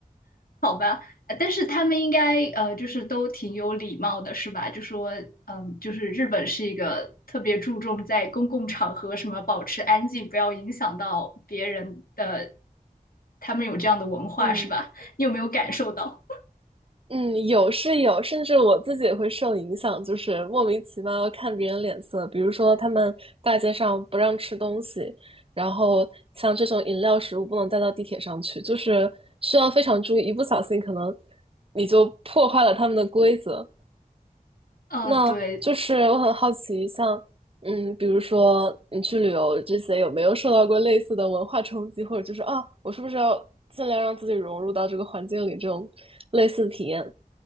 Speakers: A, on the left (about 70°); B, on the right (about 40°).
A: 好吧？呃但是他们应该呃就是都挺有礼貌的，是吧？就说嗯，就是日本是一个特别注重在公共场合什么保持安静，不要影响到别人的，他们有这样的文化，
B: 嗯，
A: 是吧？你有没有感受到？
B: 嗯，有是有，甚至我自己也会受影响，就是莫名其妙看别人脸色。比如说，他们大街上不让吃东西，然后像这种饮料、食物不能带到地铁上去，就是需要非常注意，一不小心可能你就破坏了他们的规则。
A: 嗯，
B: 那就是我很好奇，
A: 对，
B: 像嗯，比如说你去旅游这些，有没有受到过类似的文化冲击，或者就是啊，我是不是要尽量让自己融入到这个环境里这种类似的体验？